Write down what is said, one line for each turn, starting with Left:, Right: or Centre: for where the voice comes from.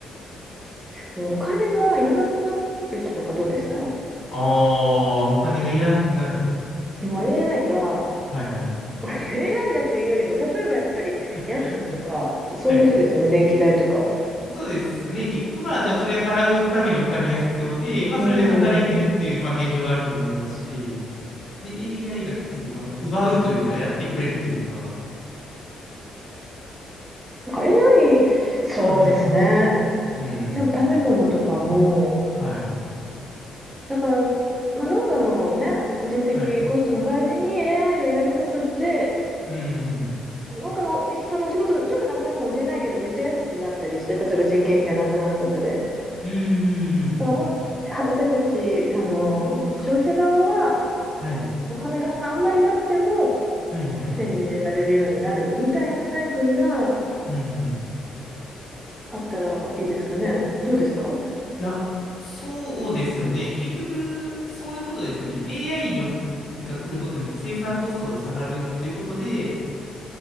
Right: もうお金がいらなくなるとかどうですか
Left: ああ、お金がいらなくなる。
Right: もう AI が、
Left: はいはい。
Right: <laughs> AI がというよりも、例えばやっぱり家賃とか、
Left: <laughs> はい。
Right: そういうことですよね、
Left: はい。
Right: 電気代とか。
Left: そうですね。結局まあ、じゃあそれ払うためにお金が必要で、まあそれで働いてるっていう、
Right: うん。
Left: まあ現状があると思いますし、で、AI が来て、まあ、奪うというか、やってくれるというか、
Right: だから AI、そうですね。
Left: あ、はい。うん。
Right: でも食べ物とかも、
Left: はい。
Right: だから、まあ、農家のね、人的コストの代わりに
Left: はい。
Right: AI がやることで、
Left: うん。
Right: 農家の人のお仕事、ちょっとなくなるかもしれないけど、めっちゃ安くなったりして、例えば人件費がなくなることで。
Left: うん。うん。うん
Right: だからもう、は私たち、あの、消費者側は、あ
Left: うんはい。
Right: お金があんまりなくても
Left: はい。はい。
Right: 手に入れられるようになるみたいなサイクルが
Left: うん。うん。
Right: あったらいいですかね。どうですか
Left: いや、そうですよね。結局、そういうことですよね。AI によっが来ることによって生産コストが下がるっていうことで、